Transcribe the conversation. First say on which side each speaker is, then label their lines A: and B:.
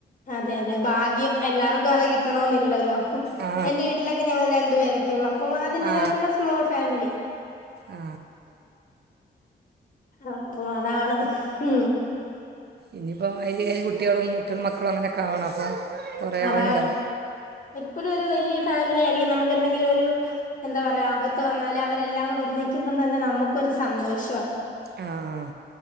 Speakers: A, on the left; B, on the right.
A: അതെ അതെ ഭാഗ്യം എല്ലാർക്കും അത് കിട്ടണോന്നില്ലല്ലോ
B: ആ
A: എന്റെ വീട്ടില- ഞങ്ങൾ രണ്ടു പേരൊക്കെയ ഉള്ളൂ അപ്പ അതിന്റതായിട്ടുള്ള
B: ആ
A: സ്മോൾ ഫാമിലി
B: ആ
A: അപ്പം അലാണ് ഉ
B: ഇനിയിപ്പോം അതിൽ കുട്ടികളും മക്കളും അങ്ങനൊക്കെ ആവണം അപ്പം കുറേ
A: അതാണ്
B: ആളുണ്ടാവും
A: എപ്പഴും ഒരു വലിയ ഫാമിലി ആയിരിക്കും നമുക്ക് എന്തെങ്കിലും ഒരു എന്താ പറയാ ആപത്ത് വന്നാല അവരെല്ലാം കൂടെ ഒന്നിക്കുമ്പോം തന്നെ നമുക്കൊരു സന്തോഷമാണ്
B: ആഹ്